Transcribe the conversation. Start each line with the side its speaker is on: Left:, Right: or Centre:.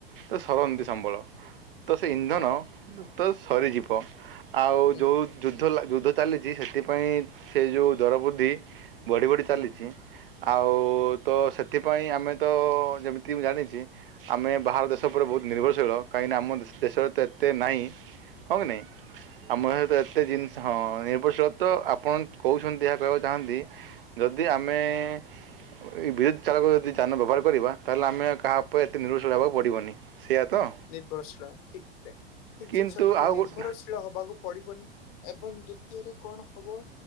Right: ସେ ସରନ୍ତି
Left: ହୁଁ,
Right: ସମ୍ବଳ ତ ସେ ଇନ୍ଧନ
Left: ହଁ
Right: ତ ସରିଯିବ
Left: ହୁଁ,
Right: ଆଉ
Left: ହୁଁ,
Right: ଯୋଉ ଯୁଦ୍ଧ ଯୁଦ୍ଧ ଚାଲିଛି ସେଥିପାଇଁ ସେ ଯୋଉ ଦର ବୃଦ୍ଧି ବଢ଼ି ବଢ଼ି ଚାଲିଛି
Left: ହୁଁ
Right: ଆଉ ତ ସେଥିପାଇଁ ଆମେ ତ ଯେମିତି ଏ ମୁଁ ଜାଣିଛି ଆମେ ବାହାର ଦେଶ ଉପରେ ବହୁତ ନିର୍ଭରଶୀଳ କାହିଁକିନା ଆମ ଦେଶରେ ଏତେ ଏତେ ନାହିଁ ହଁ କି ନାଇଁ ଆମ ଏତେ ଜିନିଷ ହଁ ନିର୍ଭରଶୀଳତ ଆପଣ କହୁଛନ୍ତି ଏହା କହିବାକୁ ଚାହାଁନ୍ତି ଯଦି ଆମେ ଏଇ ବିଦ୍ୟୁତ୍ ଚାଳକ ଯଦି ଯାନ ବ୍ୟବହାର କରିବା ତାହେଲେ ଆମେ କାହା ଉପରେ ଏତେ ନିର୍ଭରଶୀଳ ହେବାକୁ ପଡିବନି। ସେଇଆ ତ
Left: ନିର୍ଭରଶୀଳ ଠିକ ସେ ଠିକ
Right: କିନ୍ତୁ
Left: ଜିନିଷ କହିଲେ
Right: ଆଉ
Left: ନିର୍ଭରଶୀ
Right: ଗୋଟେ
Left: ଳ ହବାକୁ ପଡିବନି ଏବଂ ଦ୍ଵିତୀୟରେ କଣ ହବ